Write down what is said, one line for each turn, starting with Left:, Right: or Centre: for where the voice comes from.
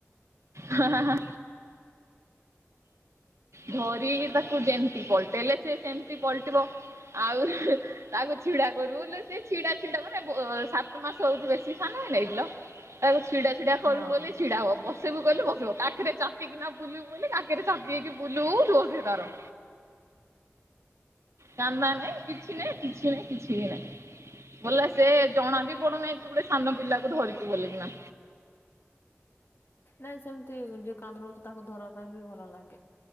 Right: ହଁଁ ହଁ ଧରି ତାକୁ ଯେମିତି ପଟେଇଲେ ସେ ସେମିତି ପଲଟିବ। ଆଉ ତାକୁ ଛିଡା କରୁଲେ ସେ ଛିଡା ଛିଡା ମାନେ ସାତ ମାସ ହଉଛି ବେଶୀ ସାନା ହେଗିଲ। <unintelligible> ଛିା କରିବୁ
Left: ହଁ
Right: ବୋଲି ଛିଡା ହବ ବସିବୁ କଲେ ବସିବ କାରେ ଚାପିକି ନା ବୁଲିବୁ ବୋଲିଲେ କାରେ ଚାପିକି ବୁଲୁଛୁ ଅଛି ତାର। କା ନାଇଁ କିଛି ନାଇଁ କିଛି ନାହିଁ କିଛି ବି ନାହିଁ। ବୋଲେ ସେ ଜଣା ବି ପଡୁନାହି ତୁ ଗୋଟେ ସାନ ପିଲାକୁ ଧରିଛୁ ବୋଲିକିନା
Left: ନାଇଁ ସେମତି ଯୋଉ କାନ୍ଦୁ ନଥିବ ତାକୁ ଧରିବା ପାଇଁ ବି ଭଲ ଲାଗେ।